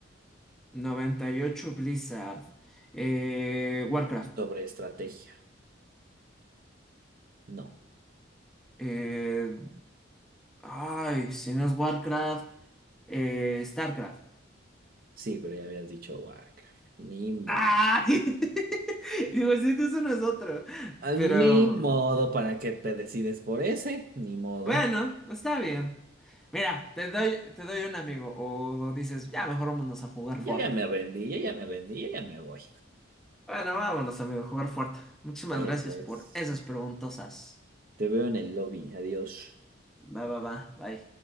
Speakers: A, in the centre; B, on the right.
A: noventa y ocho Blizzard. Eh, Warcraft.
B: Sobre estrategia. No.
A: Eh, ay, si no es Warcraft, eh, Starcraft.
B: Sí, pero ya habías dicho Warcraft. Ni modo.
A: ¡Ay! <laughs> Digo, sí, eso no es otro.
B: A
A: Pero
B: Ni modo para que te decides por ese. Ni modo.
A: bueno, está bien. Mira, te doy, te doy un amigo. O dices, ya mejor vámonos a jugar
B: Yo
A: Fort.
B: ya me rendí, yo ya me rendí, yo ya me voy.
A: Bueno, vámonos, amigo, a jugar Fort. Muchísimas
B: Dale
A: gracias
B: pues.
A: por esas preguntosas.
B: Te veo en el lobby. Adiós.
A: Va, va, va, bye.